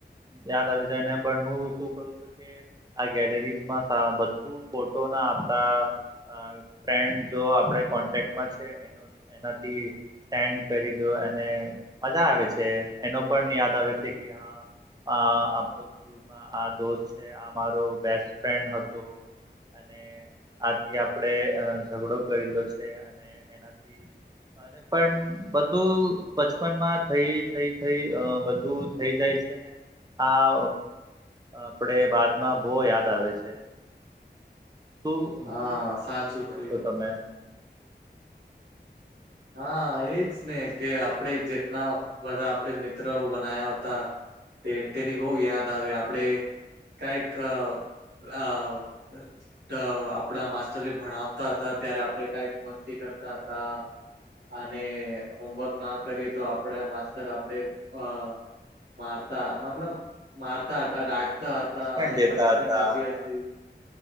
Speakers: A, on the right; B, on the right.
A: યાદ આવી જાયને પણ હું શું કરું છું કે આ ગેલેરીઝમાં બધું ફોટો ના આપડા અ ફ્રેન્ડ જો આપડે કોન્ટેક્ટમાં છે એનો એનાથી સેન્ડ કરી દો અને મજા આવે છે એનો પણ યાદ આવે છે કે હા અ આપડો સ્કુલ માં આ દોસ્ત છે આ મારો બેસ્ટ ફ્રેન્ડ હતો. અને આથી આપડે ઝઘડો કરેલો છે અને એનાથી- - પણ બધું બચપનમાં થઈ થઈ થઈ બધું. થઈ જાય છે ને આ આપડે બાદમાં બઉ યાદ આવે છે. શું
B: હા
A: શું
B: સાચું
A: શું કહો
B: કહ્યું
A: છો તમે?
B: હા એજ ને કે આપણે જેટલા બધા આપડે મિત્રઓ બનાયા હતા- - તેની બહુ યાદ આવે આપડે- - કાઈક આ- - અ આપડા માસ્ટરે ભણાવતા હતા ત્યારે આપડે કાઈક મસ્તી કરતા હતા. અને- - હોમવર્ક ના કરીએ તો આપણે માસ્ટર આપણે અ- - મારતા મતલબ મારતા હતા ડાટતા
A: પનિશમેન્ટ
B: હતા અને
A: દેતા
B: પનિશમેન્ટ
A: હતા
B: આપી
A: હા
B: હતી- -